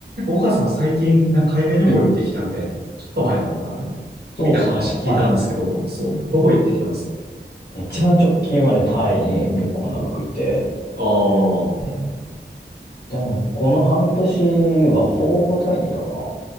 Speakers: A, on the right; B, on the left.
A: 岡さん最近、なんか海外旅行行ってきたみたいな。
B: うん
A: ちょっと前なのかな
B: そうですね。
A: みたいな話聞いたんですけど、
B: はい。
A: そう、どこ行ってきたんですか
B: 一一番直近はね、タイに結構長くいて、
A: うんああ、
B: えー
A: う
B: でも、この半年はほぼほぼタイにいたかな。